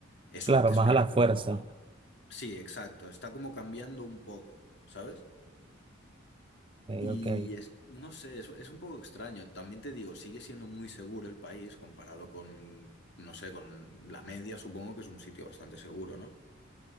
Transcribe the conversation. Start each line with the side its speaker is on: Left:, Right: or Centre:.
Left: eso
Right: claro,
Left: antes
Right: más
Left: no
Right: a la
Left: era
Right: fuerza.
Left: como... mata. Sí, exacto, está como cambiando un poco, ¿sabes? Y
Right: Ok,
Left: es- no sé, es, es un poco extraño. También te digo, sigue siendo muy seguro el país comparado con, no sé, con la media, supongo que es un sitio bastante seguro, ¿no?